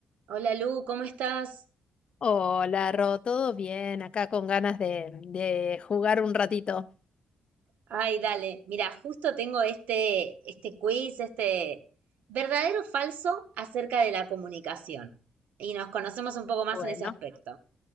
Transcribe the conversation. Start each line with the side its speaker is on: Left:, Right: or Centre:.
Right: Hola Lu, ¿cómo estás?
Left: Hola, Ro, ¿todo bien? Acá con ganas de, de jugar un ratito.
Right: Ay, dale, mira, justo tengo este, este quiz, este verdadero o falso acerca de la comunicación. Y nos conocemos un poco más
Left: Bueno,
Right: en ese aspecto.